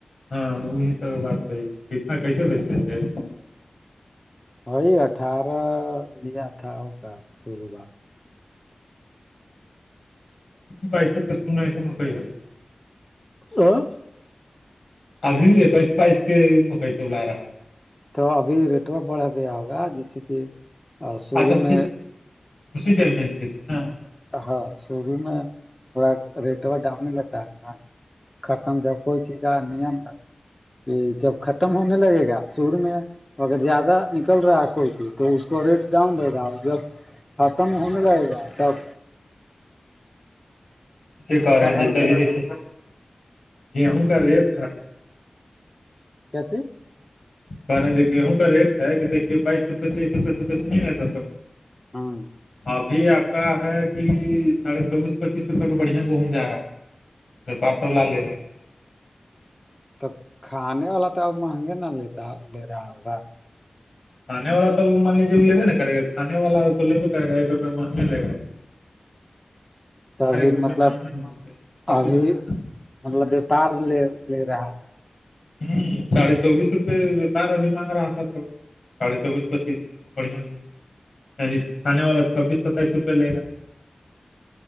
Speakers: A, on the left; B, on the left.
A: ہاں وہی سب بات ہےی کتنا کیسے بیچے تھ
B: وہی اٹھارہ لیا تھا ا کا شروعات
A: بائیسو پرسن نہیں تو میں کہئی آ جی
B: <unintelligible>
A: ابھی بھی ایک اسپائس کے مکئی تو لا رہا ہے
B: تو ابھی ریٹو بڑھا گیا ہوگا جیسے کہ شروع
A: اچھا
B: میں
A: اسی م میں دیے تھے نا
B: ہاں شرو میں تھوڑا ریٹ اور ڈاؤن ہی لتا ہے نا ختم جب کوئی چیزا نیم ہے یہ جب ختم ہونے لگے گا سور میں اگر زیادہ نکل رہا ہے کوئی کے تو اس کو ریٹ ڈاؤن رہے گا جب ختم ہونے لگے گا تب
A: اس کارے
B: تب
A: ہیں جیسے ابھی دیکھیے گیہوں کا ریٹ
B: کیا
A: ک رہے گیہوں کا ریٹ ہے کہ دھیے بائیس روپے تیس روپئے سے بیسی نہیں لگا تھا
B: ہوں
A: ابھی آپ کا ہے کہ ساڑھے چوبیس پچیس روپئے کو بڑھیا گوم جا رہا ہے وپار تولہ لیےب ہیں
B: تو کھانے والا تو اب مہنگے نہ لیتا لے رہا ہوگا
A: کھے والا تو وہ مان لیجیے وہ ل لیبےا کرےاھانے والا تو لیے کرے گا ایک روپیہ مہنے لے گا وہ
B: تو ابھی
A: روپئے
B: مطلب
A: ڈاؤن نہیں مانتے ہیں چھبیس
B: ابھی
A: روپئے
B: مطلب وپار لے لے رہا
A: ہوں ساھے چوبیس روپے وپار ابھی مانگ رہا تھا تو ساھے چوبیس پچیس بڑھیا بوم ینی کھانے والا چھبیس ستائیس روپئے لے گا